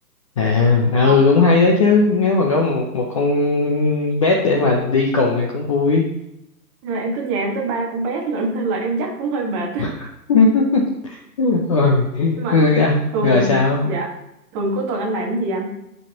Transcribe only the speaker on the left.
à ừ
cũng hay đó chứ nếu mà có một một con pet để mà đi cùng thì cũng vui
<laughs> Ôi,
ừ, à,
rồi sao